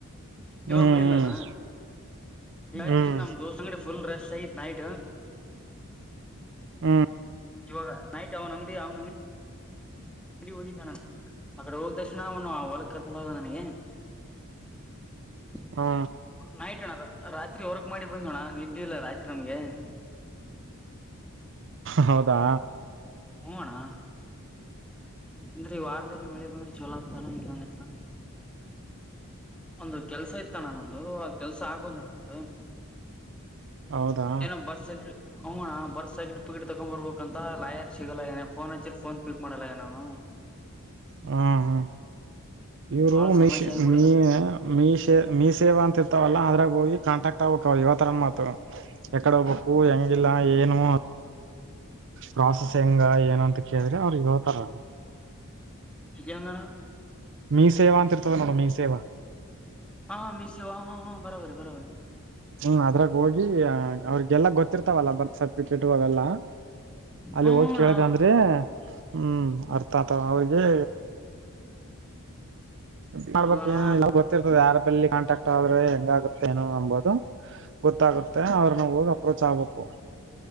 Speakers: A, in the centre; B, on the right.
A: ಇವಾಗ
B: ಹ್ಮ್
A: ಮಳಿ ಇಲ್ಲಣ್ನ.
B: ಹ್ಮ್
A: ಹಿಂಗಾಗಿ
B: ಹ್ಮ್
A: ನಮ್
B: ಹ್ಮ್
A: ದೋಸ್ತ್ನ ಅಂಗಡಿ ಫುಲ್ ರಶ್ ಆಗಿತ್ ನೈಟ.
B: ಹ್ಮ.
A: ಇವಾಗ ನೈಟ್ ಅವ್ನ ಅಂಗಡಿ ಅವ್ನ ಅಂಗಡಿ ಅಂಗಡಿಗ ಹೋಗಿದ್ದಣ ಆ ಕಡ ಹೋಗ ತಕ್ಷಣ ಅವನು ಆ ಹೊಲಕ ಕರ್ಕೊಂಡು ಹೋದ ನನಗೆ. <inaudible>
B: ಹಾ.
A: ನೈಟ್ ಅಣ್ಣ ರಾತ್ರಿ ವರ್ಕ್ ಮಾಡಿ ಬಂದೀವಣ್ಣ ನಿದ್ದಿ ಇಲ್ಲ ರಾತ್ರಿ ನಮ್ಗೆ. <inaudible>
B: ಹೌದಾ.
A: ಹ್ಮ್ ಅಣ್ಣಾ. ಅಂದ್ರೆ ಈ ವಾರದಲ್ಲಿ ಮಳೆ ಬಂದ್ರ ಚಲೋ ಆತದ ಅಣ್ಣಾ ಇಲ್ಲಂದ್ರ ಇಲ್ಲ. ಒಂದು ಕೆಲ್ಸ ಇತ್ತಣ್ಣ ನಂದು ಆ ಕೆಲ್ಸ ಆಗವಲ್ದಣ್ಣ ನಮಂದು.
B: ಹೌದಾ
A: ಏನೋ ಬರ್ತ್ ಸ <unintelligible> ಹ್ಮ್ ಅಣ್ಣಾ ಬರ್ತ್ ಸರ್ಕಿ ಪಿಕೆಟ್ ತಗೊಂಡ್ ಬರ್ಬೇಕಂತ ಲಾಯರ್ ಸಿಗಲಾಗ್ಯನ್ ಫೋನ್ ಹಚ್ಚಿರ್ ಫೋನ್ ಪಿಕ್ ಮಾಡಲ್ಯಗನ್ ಅವ್ನು.
B: ಹ್ಮ ಹ್ಮ ಇವ್ರು
A: ಬಾಳ
B: ಮೀಷ
A: ಸಮಸ್ಯೆ ಆಗ್ಬಿಡದ
B: ಮೀ ಮೀ ಸೇ ಮೀ ಸೇವಾ ಅಂತ ಇರ್ತವಲ್ಲ ಅದ್ರಾಗ ಹೋಗಿ ಕಾಂಟಾಕ್ಟ್ ಆಗ್ಬೇಕ ಅವ ಇವತರ ಮಾತ. ಎಕಡ ಹೋಗ್ಬೇಕು ಹೆಂಗಿಲ್ಲ ಏನು ಅ ಪ್ರಾಸೆಸ್ ಹೆಂಗ ಏನ ಅಂತ ಕೇಳಿದ್ರ ಅವ್ರ ಹೇಳ್ತಾರಾ.
A: ಇಗೆಂಗಣ್ಣ <unintelligible>
B: ಮೀ ಸೇವಾ ಅಂತ ಇರ್ತದ ನೋಡ ಮೀ ಸೇವಾ.
A: ಹಾ ಮಿಸೇವಾ ಹ ಹಾ ಹಾ ಬರೋಬರಿ ಬರಬರಿ.
B: ಹು ಅದ್ರಾಗ ಹೋಗಿ ಅವ್ರಗೆಲ್ಲಾ ಗೊತ್ತಿರ್ತಾವಲ್ಲ ಬರ್ತ್ ಸರ್ಟಿಫಿಕೇಟು ಅವೆಲ್ಲಾ. ಅಲ್ಲಿ
A: ಹೂಣ
B: ಹೋಗಿ ಕೇಳ್ದ ಅಂದ್ರೆ ಹು ಅರ್ಥ ಆತ ಅವ್ರಿಗೆ. ಮಾಡ್ಬೇಕಏನ
A: ಹೌದಣ
B: ಗೊತ್ತಿರ್ತದೆ ಯಾರ ಕಲ್ಲಿ ಕಾಂಟ್ಯಾಕ್ಟ್ ಆದ್ರೆ ಹೆಂಗಾಗುತ್ತೆ ಏನು ಅಂಬೋದು. ಗೊತ್ತಾಗುತ್ತೆ ಅವ್ರನ ಹೋಗಿ ಅಪ್ರೋಚ್ ಆಗ್ಬೇಕು.